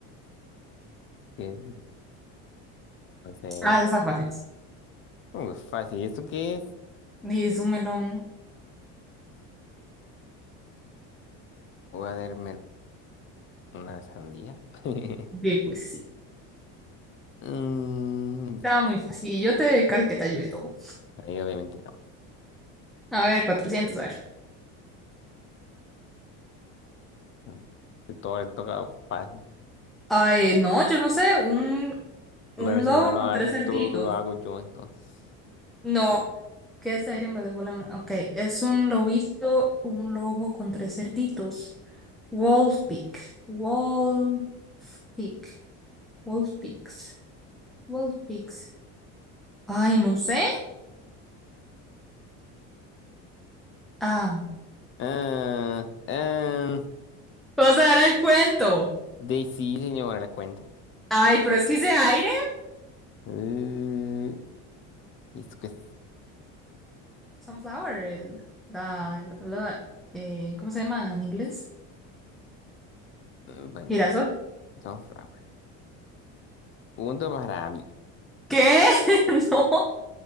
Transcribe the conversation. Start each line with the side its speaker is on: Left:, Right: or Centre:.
Left: ¿qué? No sé.
Centre: Ah, eso está fácil.
Left: Uh, fácil. ¿Esto qué es?
Centre: Di, es un melón.
Left: Voy a ver ¿Una sandía? <laughs>
Centre: Di, pues sí.
Left: Mm,
Centre: Estaba
Left: ya.
Centre: muy fácil. Y Yo te casi que te ayudé todo.
Left: Ahí obviamente no.
Centre: A ver, cuatrocientos, a ver.
Left: Mm. De Todo le toca fácil.
Centre: Ay, no, yo no sé. Un,
Left: Bueno,
Centre: un
Left: si
Centre: lobo
Left: no lo
Centre: con
Left: haces
Centre: tres cerditos.
Left: tú, lo hago yo entonces.
Centre: No. ¿Qué es Iron Man? Ok, es un lobito, un lobo con tres cerditos. Wolfpick. Wolfpick. Wolfpix. Wolfpix. Ay, no sé. Ah.
Left: Ah, ah,
Centre: Vamos a dar el cuento.
Left: de sí, señora, le cuento.
Centre: Ay, pero es que hice aire.
Left: Eh, ¿esto qué es?
Centre: Sunflower. El, la, la- la- eh, ¿cómo se llama en inglés?
Left: Mm, Bueno,
Centre: Girasol.
Left: sunflower. Punto para mí.
Centre: ¿Qué? <laughs> No,